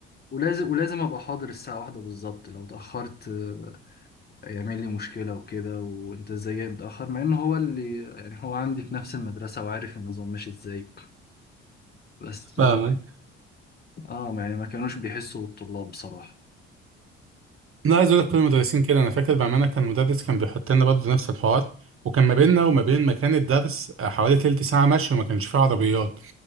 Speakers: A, on the left (about 25°); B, on the right (about 40°).
A: ولازم ولازم أبقى حاضر الساعة واحدة بالظبط لو اتأخرت آه، يعمل لي مشكلة وكده وأنت إزاي جاي متأخر مع إن هو اللي يعني هو عندي في نفس المدرسة وعارف النظام ماشي إزاي بس
B: فاهمك
A: آه آه، يعني ما كانوش بيحسوا بالطلاب بصراحة
B: انا عايز اقول لك كل المدرسين كده انا فاكر بامانه كان مدرس كان بيحط لنا برضه نفس الحوار وكان ما بيننا وما بين مكان الدرس آه، حوالي تلت ساعه مشي وما كانش فيه عربيات